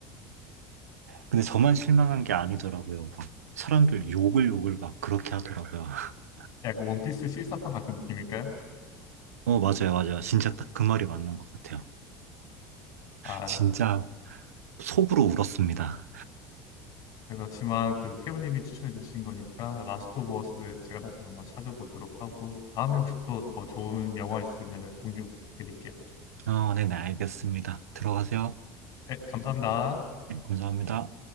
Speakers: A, on the right; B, on the left.
A: 근데 저만 실망한 게 아니더라고요. 막 사람들 욕을 욕을 막 그렇게 하더라고요. <laughs>
B: 약간 원피스 실사판 같은 느낌일까요?
A: 어, 맞아요, 맞아요. 진짜 딱 그 말이 맞는 것 같아요.
B: 아
A: 진짜 속으로 울었습니다.
B: 그렇지만 그래도 태우님이 추천해 주신 거니까 라스트 오브 어스 제가 나중에 한번 찾아보도록 하고 다음에 혹시 또 더 좋은 영화 있으면 공유 부탁드릴게요.
A: 아, 네네, 알겠습니다. 들어가세요.
B: 네, 감사합니다.
A: 네, 감사합니다.